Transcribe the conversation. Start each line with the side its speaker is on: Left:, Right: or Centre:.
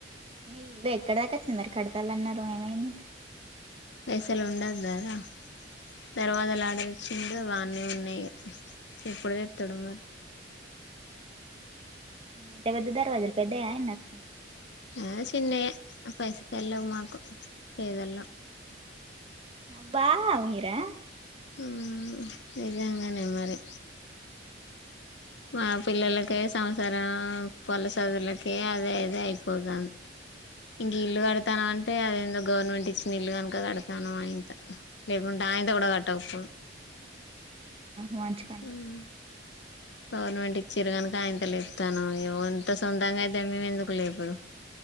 Right: మీ ఇల్లు ఎక్కడ దాకా వచ్చింది మరి కడతాలన్నారు ఏమైంది.
Left: పైసలు ఉండొద్ద రా. దర్వాజాలు ఆర్డర్ ఇచ్చిండు అవి అనే ఉన్నాయి. ఎప్పుడు తెత్తాడు మరి.
Right: ఎంత పెద్ద దర్వాజాలు పెద్దయ్య ఏంది అక్.
Left: ఆ చిన్నయ్యే అ పైసలు లేవు మాకు పేదోళ్ళం.
Right: అబ్బా మీరా.
Left: ఉమ్ నిజంగానే మరి. మా పిల్లలకే సంసారం వల్ల సదువలక్ అదే అదే అయిపోతంది ఇంక్. ఇల్లు కడతానంటే అదేందో గవర్నమెంట్ ఇచ్చి నీళ్లు కనుక కడతానం ఆ ఇంత లేకుంటే అంత కూడా కట్టకపోదు.
Right: మంచ పనేతే
Left: మ్మ్. గవర్నమెంట్ ఇచ్చారు కనుక ఆయనంత లేపుతాను అంత సొంతంగా అయితే మేము ఎందుకు లేపదు